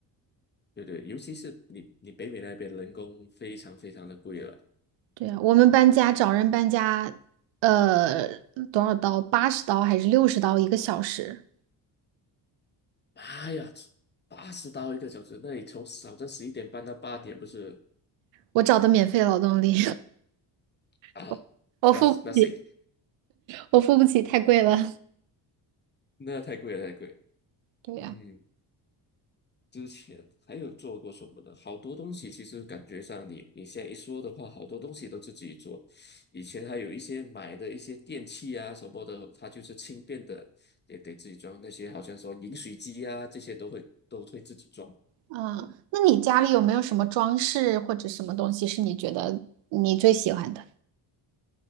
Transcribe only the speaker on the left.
对对，尤其是你你北美那边人工非常非常的贵了。
妈呀，八十刀一个小时，那你从早上十一点半到八点不是
啊？
那那行，
那太贵了，太贵了。
嗯。之前还有做过什么呢？好多东西其实感觉上你，你现在一说的话，好多东西都自己做。以前还有一些买的一些电器啊什么的，它就是轻便的，也得自己装。那些好像说饮水机啊，这些都会都会自己装。